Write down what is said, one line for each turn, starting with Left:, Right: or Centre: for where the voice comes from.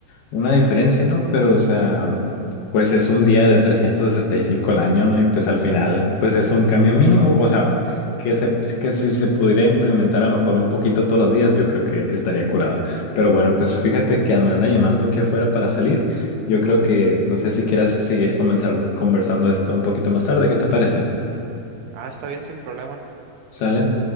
Left: una diferencia, ¿no? Pero, o sea, pues es un día de 365 al año, ¿no? Y pues al final, pues es un cambio mínimo, o sea que, se, que si se pudiera implementar a lo mejor un poquito todos los días, yo creo que estaría curado. Pero bueno, pues fíjate que me anda llamando aquí afuera para salir. Yo creo que no sé si quieras seguir comenzar, conversando esto un poquito más tarde, ¿qué te parece?
Right: Ah, está bien, sin problema.
Left: ¿Sale?